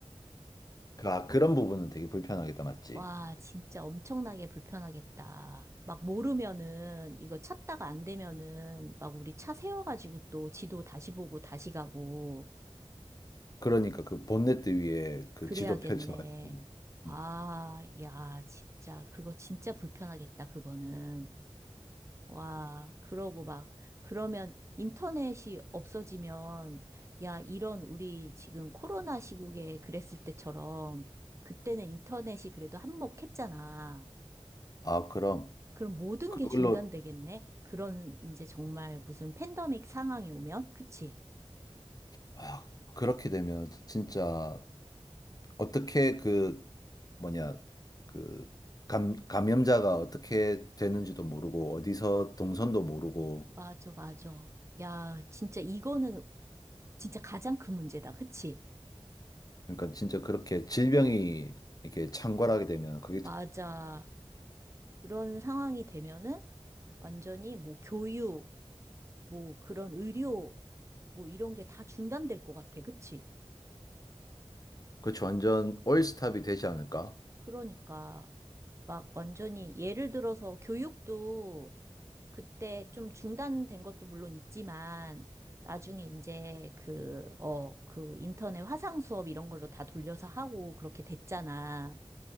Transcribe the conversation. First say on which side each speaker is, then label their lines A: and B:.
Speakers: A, on the left; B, on the right.
A: 그, 아, 그런 부분은 되게 불편하겠다, 맞지?
B: 와, 진짜 엄청나게 불편하겠다. 막 모르면은, 이거 찾다가 안 되면은, 막 우리 차 세워가지고 또 지도 다시 보고 다시 가고,
A: 그러니까 그 본네트 위에 그
B: 그래야겠네.
A: 지도 펼쳐가지고 뭐.
B: 아,
A: 음.
B: 야, 진짜. 그거 진짜 불편하겠다, 그거는. 와, 그러고 막, 그러면 인터넷이 없어지면, 야, 이런 우리 지금 코로나 시국에 그랬을 때처럼, 그때는 인터넷이 그래도 한몫했잖아.
A: 아, 그럼
B: 그럼 모든
A: 그걸로
B: 게 중단되겠네? 그런 이제 정말 무슨 팬데믹 상황이 오면? 그치?
A: 아, 그렇게 되면 진짜 어떻게 그 뭐냐 그 감, 감염자가 어떻게 되는지도 모르고 어디서 동선도 모르고
B: 맞아, 맞아. 야, 진짜 이거는 진짜 가장 큰 문제다. 그치?
A: 그러니까 진짜 그렇게 질병이 이렇게 창궐하게 되면 그게
B: 맞아. 그런 상황이 되면은 완전히 뭐 교육, 뭐 그런 의료 뭐 이런 게 다 중단될 것 같아. 그치?
A: 그렇지, 완전 올스탑이 되지 않을까?
B: 그러니까 막 완전히 예를 들어서 교육도 그때 좀 중단된 것도 물론 있지만 나중에 이제 그, 어, 그 인터넷 화상 수업 이런 걸로 다 돌려서 하고 그렇게 됐잖아.